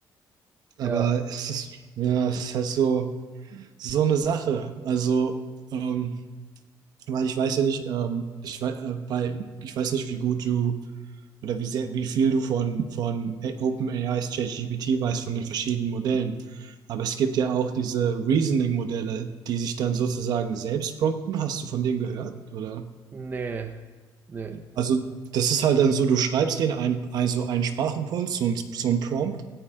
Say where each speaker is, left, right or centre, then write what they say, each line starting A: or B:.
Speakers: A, on the right; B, on the right.
A: aber
B: ja,
A: es ist, ja, es ist halt so, so eine Sache. Also, ähm, weil ich weiß ja nicht, ähm, ich, wei- äh, weil ich weiß nicht, wie gut du oder wie sehr, wie viel du von, von A- OpenAIs ChatGPT weißt, von den verschiedenen Modellen. Aber es gibt ja auch diese Reasoning-Modelle, die sich dann sozusagen selbst prompten. Hast du von denen gehört? Oder?
B: nee, nee,
A: Also, das ist halt dann so, du schreibst denen ein, also einen Sprachimpuls, so ein, so ein Prompt.